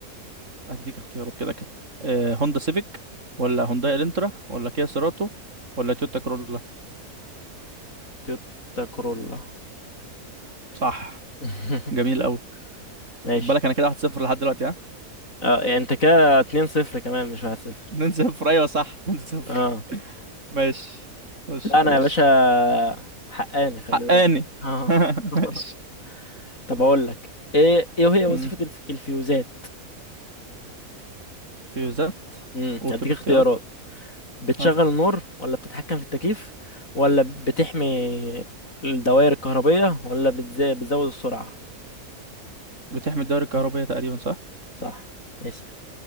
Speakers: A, on the right (about 50°); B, on the left (about 60°).
A: اديك اختيارات كده كده إيه هوندا سيفيك ولا هونداي الانترا ولا كيا سيراتو ولا تويوتا كرولا
B: تويوتا كورولا
A: صح
B: <laughs>
A: جميل قوي
B: ماشي
A: خد بالك انا كده 1 0 لحد دلوقتي ها
B: اه يعني انت كده اتنين صفر كمان مش واحد صفر
A: 2 0 ايوه صح 2 0
B: اه
A: <laughs> ماشي خش
B: لا انا
A: يا باشا
B: يا باشا حقاني خلي
A: حقاني
B: بالك اه
A: <laughs>
B: <laughs>
A: ماشي
B: طب اقول لك ايه ايه هي وظيفة
A: مم.
B: الف... الفيوزات
A: فيوزات
B: امم
A: قول
B: هديك
A: كده
B: اختيارات
A: اختيارات
B: بتشغل
A: ها
B: النور ولا بتتحكم في التكييف ولا بتحمي الدوائر الكهربية ولا بتز... بتزود السرعة
A: بتحمي الدوائر الكهربية تقريبا صح
B: صح اسأل